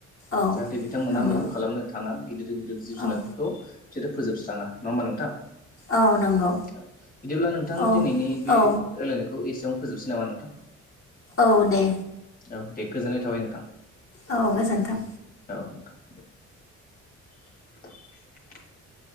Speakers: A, on the left; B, on the left.
A: औ
B: जाहाथे बिथांमोना
A: नंगौ
B: मैहुर खालामनो थाङा गिदिर गिदिर जिब जुनारफोरखौ
A: औ
B: बिसोरो फोजोबस्राङा नङाहोमबा नोंथां
A: औ नंगौ।
B: औ बिदिब्ला नोंथां
A: औ
B: दिनैनि बे
A: औ
B: रायलायनायखौ एसेयावनो फोजोबसै नामा नोंथां
A: औ दे
B: औ दे गोजोननाय थाबाय नोंथां
A: औ गोजोन्थों
B: औ थां <unintelligible> <unintelligible>